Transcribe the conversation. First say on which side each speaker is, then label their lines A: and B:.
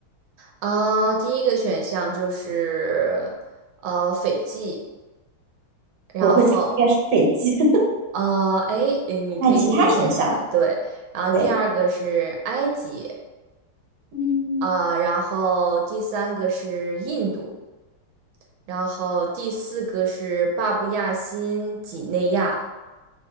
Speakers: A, on the right; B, on the right.
A: 啊、第一个选项就是呃斐济，然后
B: 我会猜应该是北极，<laughs>
A: 呃哎你可以听听再起答对，
B: 看其他选项，
A: 然后第二个是埃及
B: 对。嗯，
A: 啊、然后第三个是印度，然后第四个是巴布亚新几内亚。